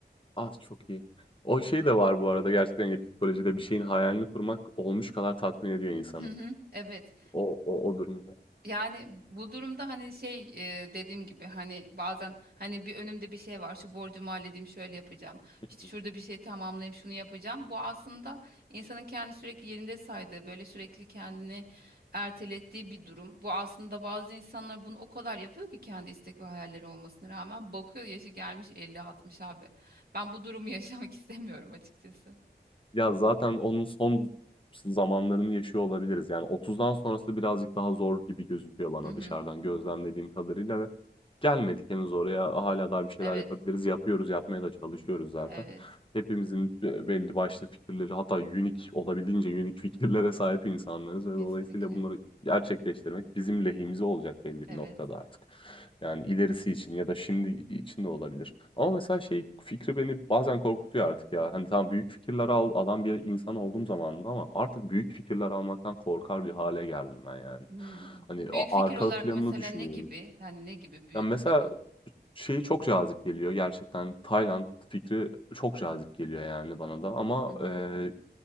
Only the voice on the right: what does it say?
Hı hı, evet.
Yani bu durumda hani şey e, dediğim gibi hani bazen hani bir önümde bir şey var şu borcumu halledeyim şöyle yapacağım
işte şurada bir şey tamamlayayım şunu yapacağım bu aslında insanın kendi sürekli yerinde saydığı böyle sürekli kendini ertelettiği bir durum bu aslında bazı insanlar bunu o kadar yapıyor ki kendi istek ve hayalleri olmasına rağmen bakıyor yaşı gelmiş elli altmış abi ben bu durumu <laughs> yaşamak istemiyorum açıkçası.
Hı hı.
Evet
evet
kesinlikle
evet.
Hmm.
Büyük
fikir
olarak
mesela
ne gibi? Yani ne gibi büyük
dediğin?
Hı hı.